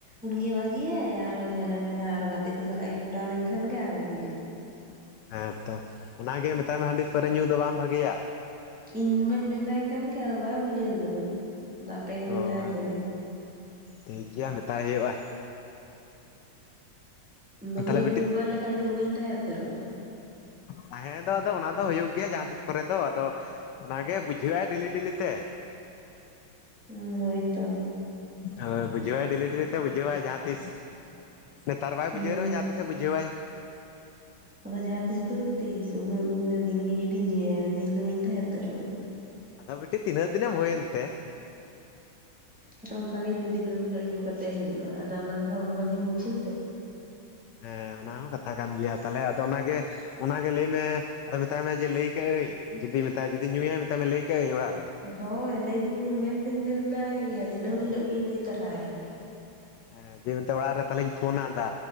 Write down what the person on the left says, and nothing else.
ᱦᱮᱸᱛᱚ ᱚᱱᱟᱜ ᱜᱮ ᱢᱮᱛᱟᱭ ᱢᱮ ᱦᱟᱺᱰᱤ ᱯᱟᱹᱨᱟᱹ ᱧᱩ ᱫᱚ ᱵᱟᱝ ᱵᱷᱟᱜᱮᱭᱟ
ᱚ
ᱴᱷᱤᱠ ᱜᱮᱭᱟ ᱢᱮᱛᱟᱭ ᱦᱳᱭᱳᱜᱼᱟ
ᱛᱟᱦᱚᱞᱮ
ᱛᱟᱦᱮᱸ ᱫᱚ ᱟᱫᱚ ᱚᱱᱟ ᱫᱚ ᱦᱩᱭᱩᱜ ᱜᱮᱭᱟ ᱡᱟᱦᱟᱸ ᱛᱤᱥ ᱠᱚᱨᱮ ᱫᱚ ᱟᱫᱚ ᱚᱱᱟ ᱜᱮ ᱵᱩᱡᱷᱟᱹᱣᱟᱭ ᱰᱮᱞᱤ ᱰᱮᱞᱤ ᱛᱮ
ᱦᱳᱭ ᱵᱩᱡᱷᱟᱹᱣᱟᱭ ᱰᱮᱞᱤ ᱰᱮᱞᱤ ᱛᱮ ᱵᱩᱡᱷᱟᱹᱣᱟᱭ ᱡᱟᱦᱟᱸ ᱛᱤᱥ ᱱᱮᱛᱟᱨ ᱵᱟᱭ
ᱵᱩᱡᱷᱟᱹᱣ ᱨᱮᱦᱚᱸ ᱡᱟᱦᱟᱸ ᱛᱤᱥ ᱪᱮ ᱵᱩᱡᱷᱟᱹᱣᱟᱭ
ᱟᱫᱚ ᱵᱤᱴᱤ ᱛᱤᱱᱟᱹᱜ ᱫᱤᱱᱮᱢ ᱦᱩᱭᱮᱱ ᱛᱮ?
ᱦᱮᱸ ᱚᱱᱟ ᱦᱚᱸ ᱠᱟᱛᱷᱟ ᱠᱟᱱ ᱜᱮᱭᱟ ᱛᱟᱦᱚᱞᱮ ᱟᱫᱚ ᱚᱱᱟᱜᱮ ᱚᱱᱟᱜᱮ ᱞᱟᱹᱭ ᱢᱮ ᱟᱫᱚ ᱢᱮᱛᱟᱭ ᱢᱮ ᱡᱮ ᱞᱟᱹᱭ ᱠᱟᱜ ᱟᱹᱧ ᱡᱩᱫᱤ ᱢᱮᱛᱟᱭᱟ ᱡᱩᱫᱤ ᱧᱩᱭᱟ ᱢᱮᱛᱟᱭ ᱢᱮ ᱞᱟᱹᱭ ᱠᱟᱜᱟᱹᱧ ᱚᱲᱟᱜ ᱨᱮ,
ᱦᱮᱸ ᱡᱮ ᱮᱛᱮ ᱚᱲᱟᱜ ᱨᱮ ᱛᱟᱦᱚᱞᱮᱧ ᱯᱷᱳᱱᱟ ᱟᱫᱟ